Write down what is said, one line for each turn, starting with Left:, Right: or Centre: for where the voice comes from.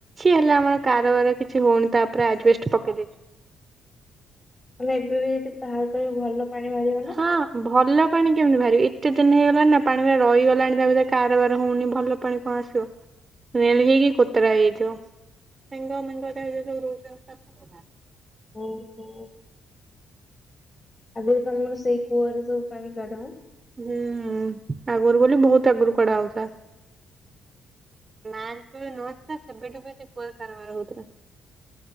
Right: ହେଲେ ଆମର କାରବାର କିଛି ହଉନି ତାପରେ ଆଡଷ୍ଟ ପକେଇ ଦେଇଛ।
Left: ମାନେ ଏବେ ବି ଯଦି ବାହାର କରିବୁ ଭଲ ପାଣି ବାହାରିବ ନା?
Right: ହଁ ଭଲ ପାଣି କେମିତି ବାହାରିବି। ଏତେ ଦିନ ହେଇଗଲାଣି ନା ପାଣି ରହିଗଲାଣି ତା ଭରେ କାରବାର ହଉନି ଭଲ ପାଣି କଣ ଆସିବ ନେ ହେଇକି କୋତରା ହେଇଯାଇଥିବ <unintelligible>
Left: ଓହୋ ଆଗରୁ ତମର ସେଇ କୂଅରେ ସବୁ ପାଣି କାଢ
Right: ହୁଁ ଆଗରୁ ବୋଲି ବହୁତ ଆଗରୁ କଡା ହଉଥିଲା ମା ଯେେବେ ନଥିଲା ସେବେଠ କୁ କାରବାର ହଉଥିଲା।